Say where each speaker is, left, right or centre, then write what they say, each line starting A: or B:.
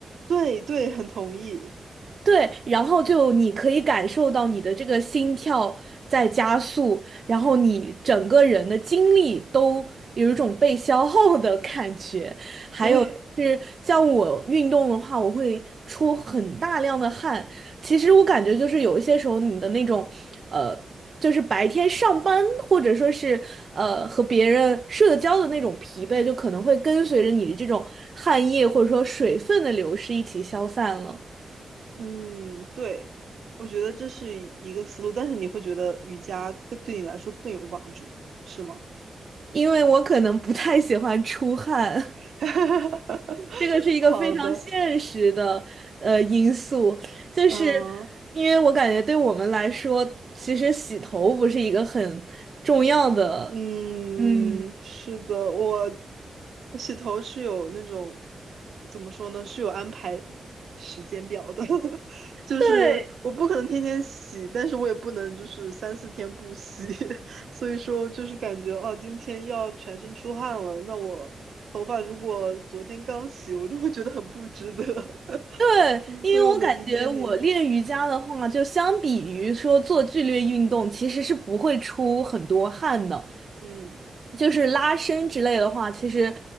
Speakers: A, on the right (about 65°); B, on the right (about 40°).
A: 对对，很同意。
B: 对，然后就你可以感受到你的这个心跳在加速，然后你整个人的精力都有一种被消耗的感觉。
A: <laughs> 对，
B: 就是像我运动的话，我会出很大量的汗。其实我感觉就是有一些时候，你的那种，呃，就是白天上班或者说是呃和别人社交的那种疲惫，就可能会跟随着你的这种汗液或者说水分的流失一起消散了。
A: 嗯，对，我觉得这是一个思路，但是你会觉得瑜伽更对你来说更有帮助，是吗？
B: 因为我可能不太喜欢出汗。
A: <laughs>
B: <laughs> 这个是一个非常现实的呃因素，
A: 好的，
B: 就是
A: 嗯。
B: 因为我感觉对我们来说，其实洗头不是一个很重要的。
A: 嗯，
B: 嗯，
A: 是的，我我洗头是有那种怎么说呢，是有安排时间表的，<laughs> 就是我不可能天天洗，
B: 对
A: 但是我也不能就是三四天不洗，<laughs> 所以说就是感觉哦，今天要全身出汗了，那我头发如果昨天刚洗，我就会觉得很不值得，<laughs>
B: 对，
A: 嗯，
B: 因为我感觉我练瑜伽的话，
A: 所以我能理解你，
B: 就相比于说做剧烈运动，其实是不会出很多汗的。
A: 嗯
B: 就是拉伸之类的话，其实